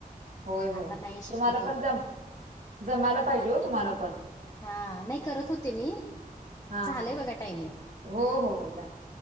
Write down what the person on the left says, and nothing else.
आता नाही
शक्यतो?
हां नाही करत होते मी?
झालंय
बघा टायमिंग.